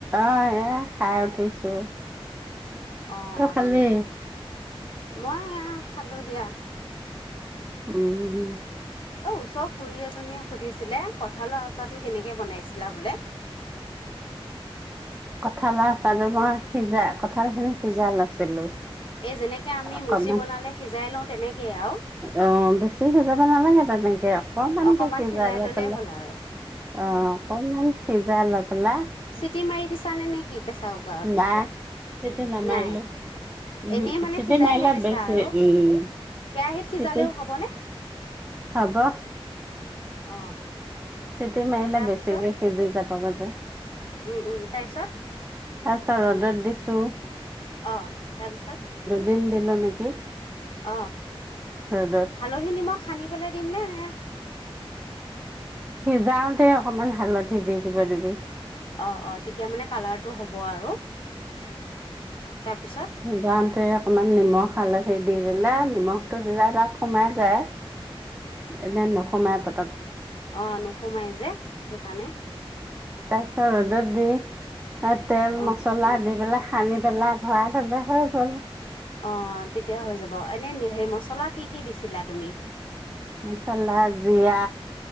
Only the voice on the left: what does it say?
অ',
মই এয়া খালোঁ দিয়া
অ ওচৰ খুৰী এজনীয়ে সুধিছিলে কঠালৰ আচাৰটো কেনেকে বনাইছিলা বোলে
এই যেনেকে আমি
মুচি বনালে সিজাই লও তেনেকেই আৰু
অকমান
ললেই
হ'ল আৰু
চিটি মাৰি দিছা নে নে কি প্ৰেছাৰ কুকাৰত?
নাই এনেই
মানে
সিজাইহে
দিছা
আৰু
কেৰাহীত সিজালেও
হ'বনে?
অ
তাৰপিছত
উম উম তাইছৰ
অ তাৰপিছত
অ
হালধি নিমখ খানি পেলাই দিমনে ন
অ অ িক এতিয়া মানে কালাৰটো হ'ব আৰু তাৰপিছত
অঁ নোসোমাই যে, সেটো কাৰণে।
অ
অ তেতিয়া হৈ যাব এনে সেই মচলা কি কি দিছিলা তুমি